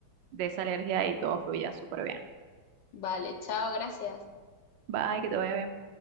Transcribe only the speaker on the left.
Vale, chao, gracias.